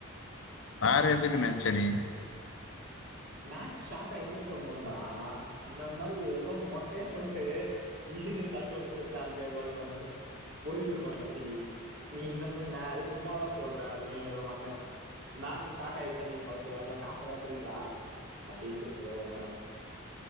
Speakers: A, on the left; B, on the right.
A: வேற எதுக்கு நென்ச்ச நீ
B: மேட்ச் ஸ்டார்ட் ஆயிச்சுனு சொல்ணோடா இந்த மாரி எவ்ளோ மொட்டையா சொல்ட்டு இதுக்குனு கஷ்டப்பட்டு சேத்த அஞ்சாயிரபாயு போயிட்டு இருக்கோ இன்னேத்திக்கி நீ இந்த மாரி நா எது சும்மாதா சொல்ற அப்டீனு எதோ வந்தே மேச்சு ஸ்டாட் ஆயிச்சுனு நீ சொல்ல தெரியாம காசெலா எத்துக்கிச்சா அப்டீன்ட்டு எதோ வந்தே நா